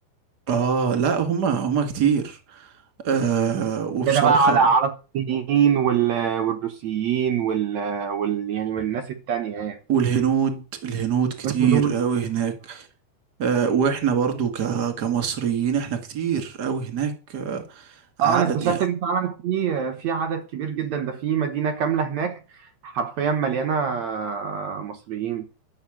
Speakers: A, on the right; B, on the right.
A: اه لا هما هما كتير آه وبصراحه
B: كده بقى على على الصينيين وال- والروسيين وال, وال يعني والناس التانية يعني
A: والهنود الهنود كتير
B: والهنود
A: قوي هناك آه واحنا برضو ك كمصريين احنا كتير قوي هناك آه، عدد
B: اه انا اكتشفت
A: يعني
B: ان فعلا في في عدد كبير جدا ده في مدينه كامله هناك حرفيا مليانه مصريين